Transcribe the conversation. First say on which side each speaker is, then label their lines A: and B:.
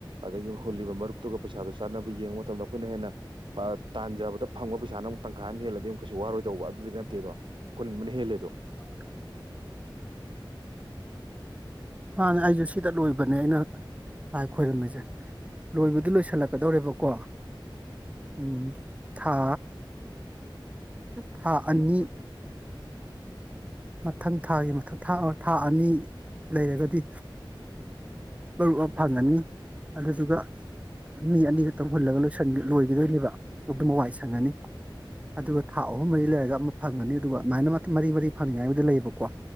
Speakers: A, on the right; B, on the right.
A: ꯑꯗꯒꯤ ꯍꯨꯜꯂꯤꯕ ꯃꯔꯨꯞꯇꯨꯒ ꯄꯩꯁꯥꯗꯨ ꯆꯥꯟꯅꯕ ꯌꯦꯡꯕ ꯃꯇꯝꯗ ꯑꯩꯈꯣꯏꯅ ꯍꯦꯟꯅ ꯇꯥꯟꯖꯕꯗ ꯐꯪꯕ ꯄꯩꯁꯥꯅ ꯑꯃꯨꯛ ꯇꯪꯈꯥꯏ ꯑꯃ ꯍꯦꯜꯂꯗꯤ ꯑꯃꯛ ꯀꯩꯁꯨ ꯋꯥꯔꯣꯏꯗꯧꯕ ꯑꯗꯨꯗꯤ ꯅꯠꯇꯦꯗꯣ ꯍꯨꯟꯕꯅ ꯍꯦꯜꯂꯦꯗꯣ
B: <unintelligible> ꯃꯥꯅꯦ ꯑꯩꯁꯨꯦ ꯁꯤꯗ ꯂꯣꯏꯕꯅꯦ ꯑꯩꯅ ꯂꯥꯏ ꯈꯣꯏꯔꯝꯃꯤꯁꯦ ꯂꯣꯏꯕꯗꯤ ꯂꯣꯏꯁꯤꯜꯂꯛꯀꯗꯧꯔꯦꯕꯀꯣ ꯎ ꯊꯥ ꯊꯥ ꯑꯅꯤ ꯃꯊꯪ ꯊꯥꯒꯤ ꯃꯊꯪ ꯊꯥ ꯊꯥ ꯑꯅꯤ ꯂꯩꯔꯒꯗꯤ ꯃꯔꯨ ꯑꯃ ꯐꯪꯉꯅꯤ ꯑꯗꯨꯗꯨꯒ ꯃꯤ ꯑꯅꯤ ꯈꯛꯇꯪ ꯍꯨꯜꯂꯒ ꯂꯣꯏꯒꯗꯣꯏꯅꯦꯕ ꯑꯗꯨꯝ ꯋꯥ ꯋꯥꯏ ꯁꯪꯉꯅꯤ ꯑꯗꯨꯒ ꯊꯥ ꯑꯍꯨꯝ ꯃꯔꯤ ꯂꯩꯔꯒ ꯑꯃ ꯐꯪꯒꯅꯤ ꯑꯗꯨꯒ ꯑꯗꯨꯃꯥꯏꯅ ꯃꯔꯤ ꯃꯔꯤ ꯐꯪꯅꯤꯉꯥꯏꯕꯗ ꯂꯩꯌꯦꯕꯀꯣ